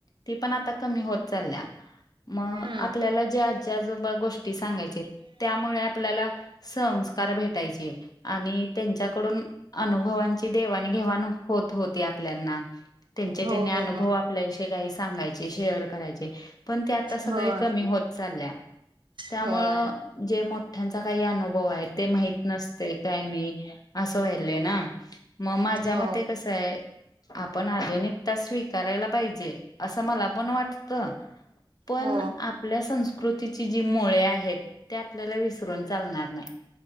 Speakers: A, on the left; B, on the right.
A: ती पण आता कमी होत चाल्ल्या. म
B: हम्म
A: आपल्याला जे आजी आजोबा गोष्टी सांगायचेत त्यामुळे आ पल्या संस्कार भेटायचे आणि त्यांच्याकडून अनुभवा ची देवाण घेवाण होत होती आपल्यांना त्यांचे
B: हो
A: तेन
B: हो
A: अनुभव
B: हो
A: आ पल्यांशी काही सांगायचे शेअर करायचे. पण ते आता सगळी
B: हो.
A: कमी होत चाल्ल्या त्यामुळं
B: होय
A: जे मोठ्यांचा काही अनुभव आहे ते माहीत नसतय काही नाही असं व्हायलंय ना. म माझ्या
B: हो
A: मते कसाय आपण आजुन एक तास स्वीकारायला पाहिजे असं मला पण वाटत. पण
B: हो
A: आपल्या संस्कृतीची जी मुळे आहेत ते आपल्याला विसरून चालणार नाही.